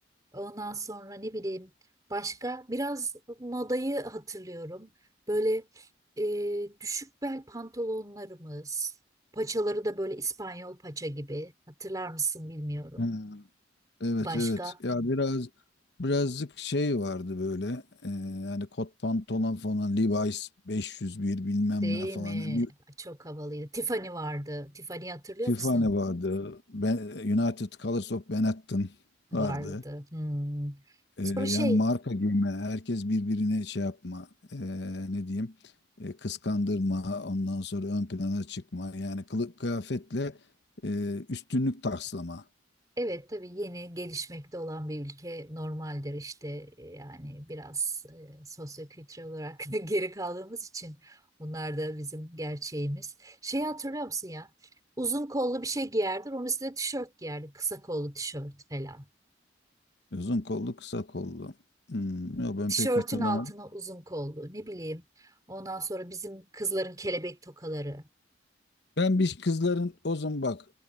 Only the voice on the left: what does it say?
Ha. Evet
evet. Ya biraz birazcık şey vardı böyle. e, yani kot pantolon falan Levi's 501 bilmem
ne falan.
Bir
FIFA
ne vardı? Ben, United Colors of Benetton
vardı.
E,
yani
marka giyme. Herkes birbirine şey yapma. e, ne diyeyim? e, kıskandırma. Ondan sonra ön plana çıkma. Yani kılık kıyafetle e, üstünlük taslama.
Uzun kollu kısa kollu. Hmm, yok ben
pek hatırlamadım.
Ben bir kızların o zaman bak